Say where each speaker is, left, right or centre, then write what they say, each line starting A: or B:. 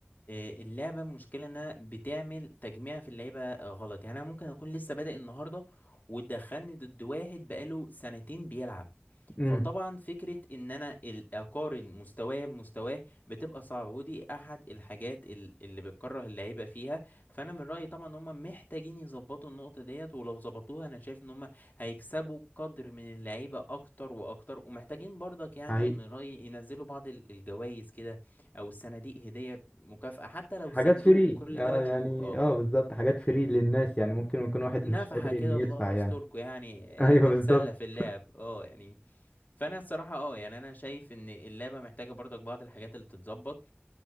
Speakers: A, on the left (about 45°); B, on the left (about 25°).
A: آه، اللعبه المشكله انها بتعمل تجميع في اللعيبه آه، غلط يعني انا ممكن اكون لسه بادئ النهارده وتدخلني ضد واحد بقاله سنتين بيلعب
B: امم
A: فطبعا فكره ان انا ال- اقارن مستواه بمستواه بتبقى صعبه ودي احد الحاجات ال- اللي بتكره اللعيبه فيها فانا من رايي طبعا ان هم محتاجين يظبطوا النقطه ديت ولو ظبطوها انا شايف ان هم هيكسبوا قدر من اللعيبة أكتر وأكتر ومحتاجين برضك يعني
B: حقيقي
A: من رأيي ينزلوا بعض ال- الجوائز كده أو الصناديق هدية مكافأة حتى لو
B: حاجات
A: صندوق
B: فري
A: كل
B: اه
A: ثلاث
B: يعني
A: شهور اه
B: اه بالظبط حاجات فري للناس يعني ممكن يكون واحد
A: نفحة
B: مش قادر
A: كده
B: انه يدفع
A: الله
B: يعني
A: يستركم يعني
B: <laughs> ايوه
A: آه، نتسلى
B: بالظبط
A: في اللعب اه يعني فأنا الصراحة اه يعني أنا شايف إن اللعبة محتاجة برضك بعض الحاجات اللي تتظبط